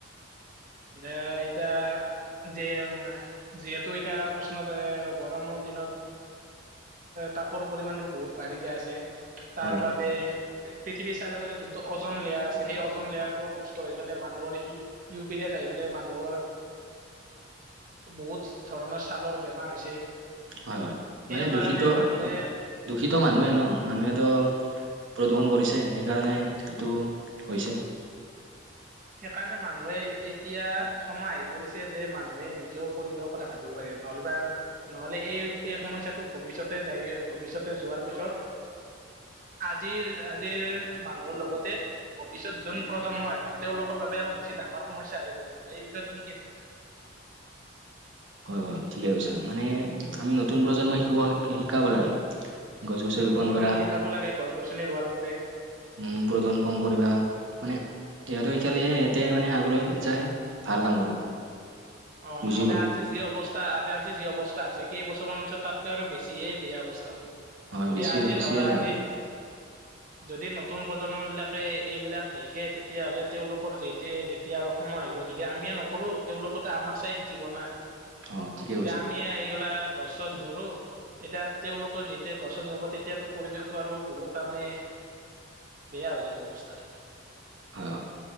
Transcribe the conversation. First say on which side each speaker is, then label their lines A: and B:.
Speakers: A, on the right; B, on the right.
A: দে এতিয়া। যে যিহেতু এতিয়া উষ্ণতা গৰমৰ দিনত। তাপৰ পৰিমণটো বহুত বাঢ়ি যায় আছে তাৰ
B: হয় হয়
A: বাবে। পৃথিৱী চাৰওাললে যোনটো ওজন লেয়াৰ আছে সেই ওজন লেয়াৰ টো নষ্ট হৈ পেলাই মানুহৰ ই। বেৰিয়াছ আহি পেলাই মানুহৰ। বহুত ধৰণৰ ছালৰ বেমাৰ হৈছে।
B: হয় হয়
A: সেইকাৰণে
B: মানে দূষিত
A: মানুহে
B: দূষিত মানুহে ন মানুহেতো। প্ৰদূষণ কৰিছে সেইকাৰণে এইটো হৈছে।
A: সেইকাৰণে মানুহে এতিয়া সময় আহি পৰিছে যে মানুহে নিজেও পৰিৱেশৰ কথা ভাবিব লাগে নহলে। বা নহলে এই এই সমস্যাটো ভৱিষ্যতে যায় ভৱিষ্যতে যোৱাৰ পিছত
B: <unintelligible>
A: আজিৰ আজিৰ মানুহৰ লগতে ভৱিষ্যত যোন প্ৰজন্ম আহিব। তেওঁলোকৰ বাবে আৰু বেছি ডাঙৰ সমস্যা হে ৰূপ লব এই বিষয়ে তুমি কি ভাবা।
B: হয় হয় ঠিকে কৈছা মানে আমি নতুন প্ৰজন্মই শিক শিকাব লাগে। গছ গছনি
A: নতুন
B: ৰুপন
A: প্ৰজন্মক
B: কৰা
A: শিকাব লাগে গছ গছনি ৰোৱাৰ বাবে
B: উম প্ৰদূষণ কম কৰিবা মানে সিহঁতক শিকালে হেতে মানে আগলৈ যাই ভাল কাম কৰিব
A: অ
B: বুজিব
A: নহ'লে আজি যি অৱস্থা আজি আজি যি অৱস্থা হৈছে কেইবছৰমানৰ পিছত তাতকৈ আৰু বেছিয়ে বেয়া অৱস্থা
B: হয়
A: যদি
B: বেছিয়ে
A: আজি
B: বেছিয়ে
A: লৰা
B: বেয়া
A: আজি
B: হ'ব
A: যদি নতুন প্ৰজন্ম বিলাকে এইবিলাক লিখে তেতিয়াহ'লে, তেওঁলোকৰ যেতিয়া যেতিয়া আৰু সময় আহিব যদি আমিয়ে নকৰো, তেওঁলোকৰ তা আমাক চাই শিকিব না
B: অ ঠিকে
A: তেতিয়া
B: কৈছা
A: আমিয়ে এইগিলা গছ চছ নোৰু তেতিয়া তেওঁলোকৰ যেতিয়া গছ গছ নোৰোব তেতিয়াতো পৰিৱেশটো আৰু বহুত তাৰমানে বেয়া হৈ যাব অৱস্থাটো।
B: হয় হয়,